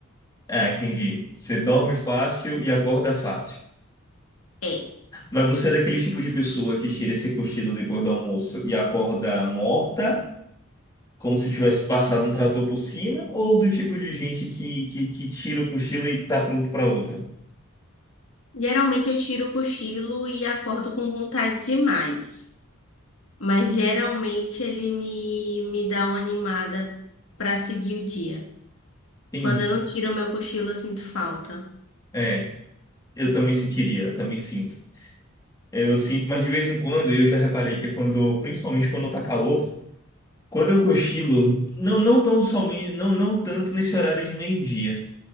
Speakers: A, on the left; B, on the left.
A: Ah, entendi. Você dorme fácil e acorda fácil.
B: É.
A: Mas você é daquele tipo de pessoa que tira esse cochilo depois do almoço e acorda morta, como se tivesse passado um trator por cima, ou do tipo de gente que, que, que tira o cochilo e tá pronto pra outra?
B: Geralmente eu tiro o cochilo e acordo com vontade demais. Mas geralmente ele me, me dá uma animada pra seguir o dia.
A: Entendi.
B: Quando eu não tiro o meu cochilo, eu sinto falta.
A: É, eu também sentiria, eu também sinto. Eu sinto, mas de vez em quando, e eu já reparei que é quando, principalmente quando tá calor, quando eu cochilo, não, não tão somente, não, não tanto nesse horário de meio-dia.